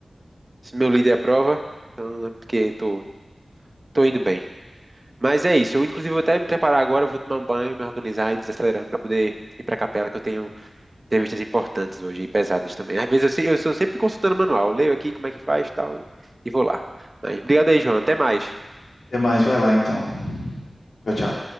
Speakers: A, on the right; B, on the left.
A: meu líder aprova, então é porque tô, tô indo bem. Mas é isso. Eu, inclusive, vou até me preparar agora, eu vou tomar um banho, me organizar e desacelerando para poder ir para a capela, que eu tenho entrevistas importantes hoje e pesadas também. Às vezes eu, sei- eu estou sempre consultando o manual. Eu leio aqui como é que faz e tal, e, e vou lá. Mas obrigado aí, João. Até mais.
B: Até mais, vai lá então. Tchau, tchau.